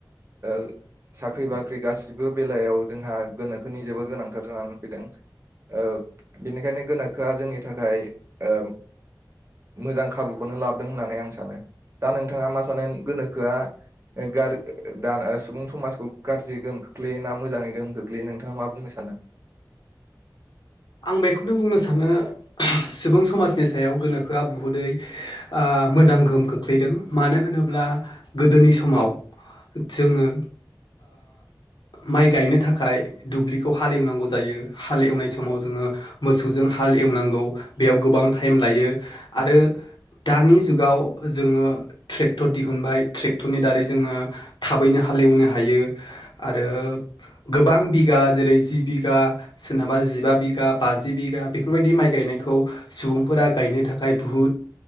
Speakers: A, on the right; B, on the left.
A: ओ साख्रि बाख्रि गासिबो बेलायाव जोंहा गोनोखोनि जोबोर गोनांथार जानानै फैदों, ओ बेनिखायनो गोनोखोआ जोंनि थाखाय ओ मोजां खाबुखौ नो लाबोदों होननानै आं सानो दा नोंथाङा मा सानो गोनोखोआ गा दा सुबुं समाजखौ गाज्रि गोहोम खोख्लैयो ना मोजाङै गोहोम खोख्लैयो नोंथाङा मा बुंनो सानदों?
B: आं बेखौनो बुंनो सानो, सुबुं समाजनि सायाव गोनोखोआ बुहुदै ओ मोजां गोहोम खोख्लैदों मानो होनो होनब्ला गोदोनि समाव जोङो, माइ गायनो थाखाय दुब्लिखौ हालेवनांगौ जायो हालेवनाय सम समाव जोङो मोसौजों हाल एवनांगौ बेयाव गोबां टाइम लायो आरो दानि जुगाव जोङो ट्रेक्टर दिहुनबाय ट्रेक्टरनि दारै जोङो थाबैनो ह हालेवनो हायो आरो गोबां बिगा जेरै जि बिगा सोरनाबा जिबा बिगा बाजि बिगा बेफोरबायदि माइ गायनायखौ सुबुंफोरा गायनो थाखाय बुहुद